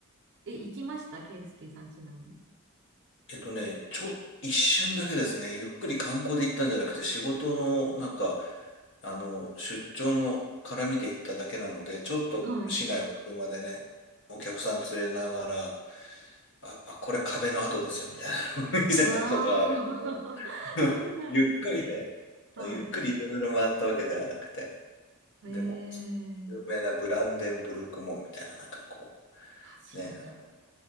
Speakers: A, on the right (about 55°); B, on the left (about 60°).
A: え、行きましたケイスケさん、ちなみに。
B: えっとね、ちょ、一瞬だけですね、ゆっくり観光で行ったんじゃなくて、仕事の、なんか、あの、出張の絡みで行っただけなので、ちょっと市内を車でね、
A: はい。
B: お客さん連れながら、あ、あ、これ壁の跡ですよ、みたいなのを <laughs> 見せたことはあるけど、
A: ああ、
B: <laughs>
A: <laughs> そうなんですね。
B: ゆっくりで、
A: はい。
B: ゆっくりいろいろ回ったわけではなくて、
A: ええ
B: でも、
A: ー、
B: 有名なブランデンブルク門みたいな、なんかこ
A: あ、知らない。
B: う、ね、あの、